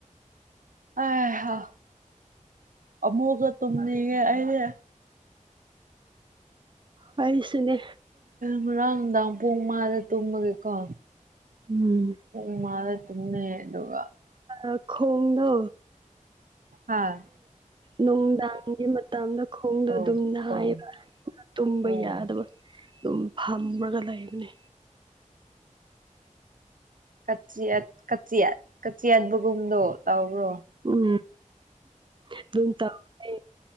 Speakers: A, on the right (about 80°); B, on the right (about 35°).
A: ꯑꯍꯥ ꯑꯃꯨꯛꯀ ꯇꯨꯝꯅꯤꯡꯉꯦ ꯑꯩꯅꯦ
B: ꯄꯁꯤꯅꯦ
A: ꯉꯔꯥꯡ ꯅꯨꯡꯗꯥꯡ ꯄꯨꯡ ꯃꯗ ꯇꯨꯝꯃꯒꯦꯀꯣ
B: ꯎꯝ
A: ꯎ ꯃꯥꯗ ꯇꯨꯝꯃꯤꯃꯦ ꯑꯗꯨꯒꯒ
B: ꯑ ꯈꯣꯡꯣꯡꯗꯣ
A: ꯍꯥꯥ
B: ꯅꯨꯡꯗꯥꯡꯒꯤ ꯃꯇꯝꯗ ꯈꯣꯡꯗꯣ
A: ꯑꯣ
B: ꯑꯗꯨꯝ ꯍꯥꯏꯌꯦꯕ
A: ꯑꯣ
B: ꯇꯨꯝꯕ
A: ꯑꯣ
B: ꯌꯥꯗꯕ ꯑꯗꯨꯝ ꯐꯝꯔꯒ ꯂꯩꯕꯅꯤ
A: <unintelligible> ꯀꯆꯤꯌꯥꯠ ꯀꯆꯤꯌꯥꯠꯕꯒꯨꯗꯣ ꯇꯧꯕꯔꯣ꯫
B: ꯎꯝ ꯑꯗꯨꯝ ꯇꯧꯋꯦ꫰꫰